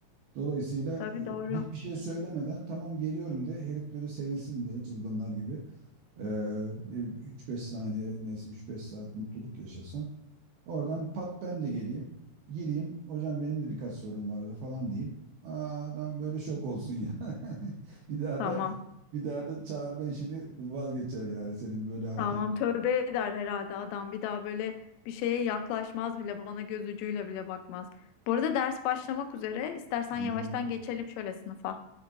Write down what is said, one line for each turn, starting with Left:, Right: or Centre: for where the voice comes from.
Right: Dolayısıyla
Left: Tabii doğru.
Right: e, hiçbir şey söylemeden tamam geliyorum de herif böyle sevinsin diye çılgınlar gibi e, 3-5 saniye neyse 3-5 saat mutluluk yaşasın. Oradan pat ben de geleyim. Gireyim. Hocam benim de birkaç sorum vardı falan diyeyim. Aa, adam böyle şok olsun ya. <laughs> Bir daha
Left: Tamam.
Right: da bir daha da çağırma işini vazgeçer yani senin böyle hareket.
Left: Tamam tövbe eder herhalde adam bir daha böyle bir şeye yaklaşmaz bile bana göz ucuyla bile bakmaz. Bu arada ders başlamak üzere istersen
Right: Aynen
Left: yavaştan geçelim şöyle sınıfa.